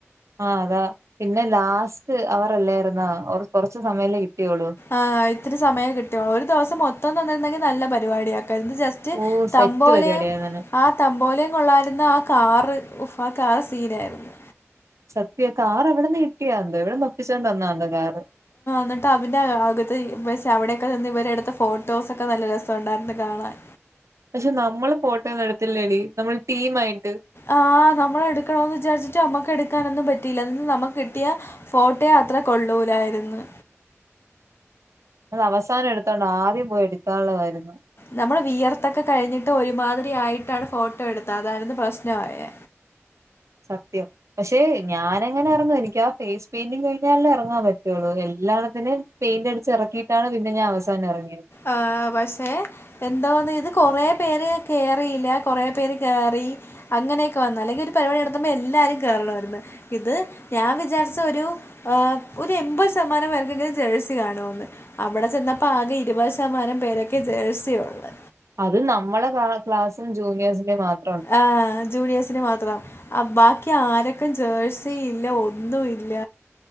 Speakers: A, on the right (about 75°); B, on the left (about 50°).
A: ആഹ് അതാ പിന്നെ ലാസ്റ്റ് അവറല്ലാർന്നൊ ഒർ കൊറച്ച് സമയല്ലെ കിട്ടിയൊള്ളു
B: ആഹ് ഇത്തിരി സമയം കിട്ടിയൊള് ഒര് ദിവസം മൊത്തം തന്നിര്ന്നെങ്കി നല്ല പരിപാടിയ- ത് ജസ്റ്റ്
A: ഓ സെറ്റ്
B: തമ്പോലയും
A: പരിപാടിയായിരുന്നു
B: ആ- തമ്പോലെ കൊള്ളായിര്ന്ന് ആ കാറ് ഉഫ് ആഹ് കാറ് സീനായിരുന്നു
A: സത്യ ആഹ് കാറെവിട്ന്ന് കിട്ടിയെന്തൊ എവിടുന്ന് ഒപ്പിച്ചോണ്ട് വന്നൊന്തൊ കാറ്
B: ന്ന്ട്ട് അതിൻ്റെ അകത്ത് പഷെ അവിടൊക്കെ നിന്ന് ഇവരെട്ത്ത ഫോട്ടോസൊക്കെ നല്ല രസൊണ്ടായിര്ന്നു കാണാൻ
A: പഷെ നമ്മള് ഫോട്ടോന്നെട്ത്തില്ലെടി നമ്മള് ടീമായിട്ട്
B: ആഹ് നമ്മളെടുക്കണോന്ന് വിചാരിച്ചിട്ട് ഞമ്മക്ക് എട്ക്കാനൊന്നും പറ്റീല്ല എന്ന്ട്ട് നമ്മക്ക് കിട്ടിയെ ഫോട്ടെ അത്രെ കൊള്ളൂലായിര്ന്ന്
A: അത് അവസാനം എട്ത്തോണ്ട് ആദ്യം പോയി എട്ക്കാള്ളതായിര്ന്നു
B: നമ്മള് വിയർത്തൊക്കെ കഴിഞ്ഞിട്ട് ഒരുമാതിരി ആയിട്ടാണ് ഫോട്ടോ എടുത്തെ അതായിര്ന്ന് പ്രശ്നായെ
A: സത്യം പഷെ ഞാനെങ്ങനെ എറങ്ങും എനിക്കാ ഫേസ് പെയിന്റിംഗ് കഴിഞ്ഞാലല്ലെ എറങ്ങാൻ പറ്റൊള്ളു എല്ലാണ്ണത്തിനേം പെയിന്റടിച്ചെറക്കീട്ടാണ് പിന്നെ ഞാ അവസാനം എറങ്ങിയത്
B: ആഹ് പഷെ എന്തോന്ന് ഇത് കൊറേ പേര് കേറിയില്ല കൊറേ പേര് കേറി അങ്ങനെയൊക്കെ വന്ന് അല്ലെങ്കി ഒര് പരുപാടി നടത്തുമ്പൊ എല്ലാരും കേറണവായിര്ന്ന് ഇത് ഞാൻ വിചാരിച്ച് ഒര് ആഹ് ഒരെമ്പത് ശതമാനം പേർക്കൊങ്കിലും ജേഴ്സി കാണുവെന്ന് അവ്ടെ ചെന്നപ്പൊ ആകെ ഇ <unintelligible> ശതമാനം പേരൊക്കെ ജേഴ്സി ഒള്ളെ
A: അത് നമ്മളെ ക്ലാ ക്ലാസ്സും ജൂനിയേഴ്സിന്റെ മാത്
B: ആഹ് അത് ജൂനിയേഴ്സിന് മാത്രം അപ് ബാക്കി ആരെക്കും ജേഴ്സി ഇല്ല ഒന്നും ഇല്ല